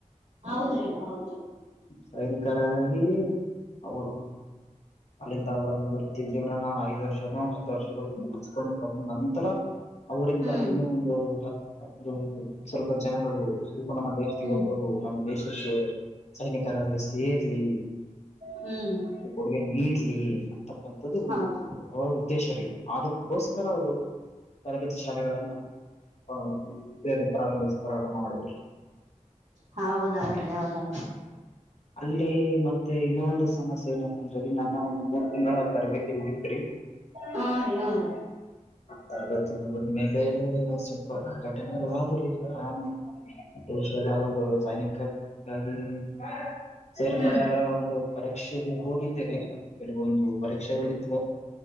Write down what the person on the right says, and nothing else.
ಹೌದ್ರಿ ಹೌದ್ರಿ.
ಹ್ಮ್
ಹ್ಮ್
ಹ್ಮ್
ಹೌದ್
ಹೌದೇಲ್ರಿ ಹೌದೇಲ್ರಿ.
ಹ್ಞ ರೀ ಹ್ಞ ರೀ
ಹ್ಮ್